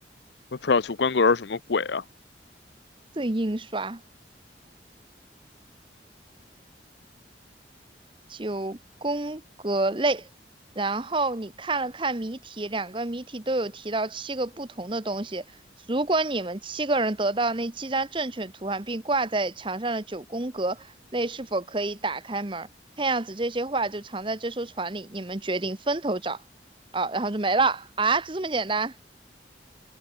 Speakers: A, on the left; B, on the right.
A: 我也不知道九宫格是什么鬼啊？
B: 这印刷。九宫格类，然后你看了看谜题，两个谜题都有提到七个不同的东西。如果你们七个人得到那七张正确图案，并挂在墙上的九宫格类，是否可以打开门儿？看样子这些画就藏在这艘船里，你们决定分头找啊，然后就没了啊，就这么简单？